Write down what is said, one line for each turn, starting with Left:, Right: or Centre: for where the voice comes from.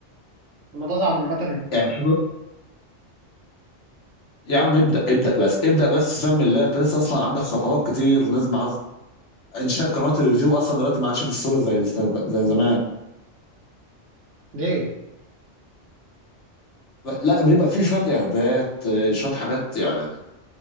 Right: الموضوع ده عامة
Left: يعني شوف يا عم ابدأ ابدأ بس ابدأ بس سمي الله انت لسه اصلا عندك خطوات كتير لازم عاوز انشاء قناة اليوتيوب اصلا دلوقتي ما عادش بالسهولة زي زي زمان
Right: ليه؟
Left: لا بيبقى فيه شويه اعدادات آه، شويه حاجات يعني